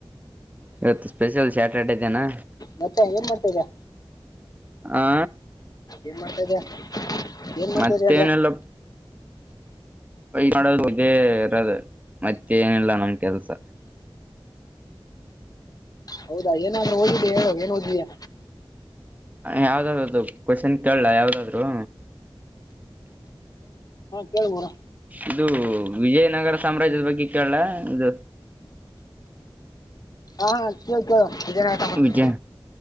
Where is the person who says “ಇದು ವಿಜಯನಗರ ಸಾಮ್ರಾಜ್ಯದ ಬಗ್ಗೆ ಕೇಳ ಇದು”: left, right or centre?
Right